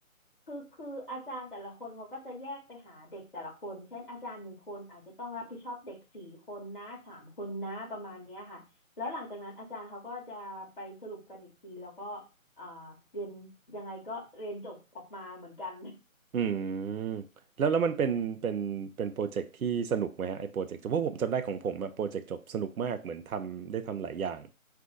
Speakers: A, on the left (about 40°); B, on the right (about 80°).
A: คือคืออาจารย์แต่ละคนเขาก็จะแยกไปหาเด็กแต่ละคนเช่นอาจารย์หนึ่งคนอาจจะต้องรับผิดชอบเด็กสี่คนนะสามคนนะประมาณเนี้ยค่ะแล้วหลังจากนั้นอาจารย์เขาก็จะไปสรุปกันอีกทีแล้วก็อ่าเรียนยังไงก็เรียนจบออกมาเหมือนกัน
B: อืมแล้วแล้วมันเป็นเป็นเป็นโปรเจกต์ที่สนุกไหมฮะไอ้โปรเจกต์เพราะผมจำได้ของผมอะโปรเจกต์จบสนุกมากเหมือนทำได้ทำหลายอย่าง